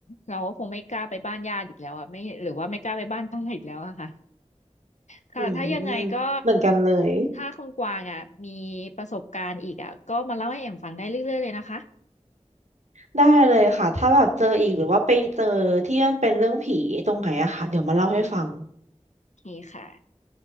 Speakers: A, on the left; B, on the right.
A: เราก็คงไม่กล้าไปบ้านญาติอีกแล้วอะไม่หรือว่าไม่กล้าไปบ้านป้าอีกแล้วอะค่ะค่ะถ้ายังไงก็
B: อืมเหมือนกันเลย
A: ถ้าคุณกวางอ่ะมีประสบการณ์อีกอ่ะก็มาเล่าให้เอ็มฟังได้เรื่อยๆเลยนะคะ
B: ได้เลยค่ะถ้าแบบเจออีกหรือว่าไปเจอที่มันเป็นเรื่องผีตรงไหนอะค่ะเดี๋ยวมาเล่าให้ฟัง
A: โอเคค่ะ